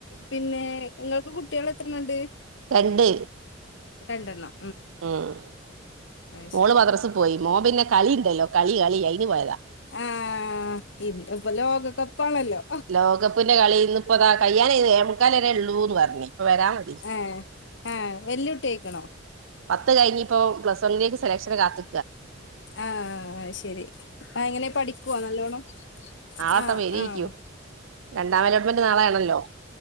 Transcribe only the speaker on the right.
രണ്ട്
ഉം
മോള്
മദ്രസ് പോയി മോം പിന്നെ കളി ഇണ്ടല്ലോ കളി കളി അയിന് പോയതാ
ലോകപ്പ്ന്റെ കളി ഇന്ന്‌ ഇപ്പതാ കയ്യാനായ്ന്ന് എ മുക്കാല് വരെ ഒള്ളൂ ന്ന് പർഞ്ഞി ഇപ്പ വരാം മതി
പത്ത് കഴിഞ്ഞി ഇപ്പോ പ്ലസ് വണ്ണിലേക്ക് സെലക്ഷന് കാത്ത്
ആളട്ട
വെരെയ്‌ക്യു
രണ്ടാമലോട്ട്മെന്റ് നാളൊണല്ലോ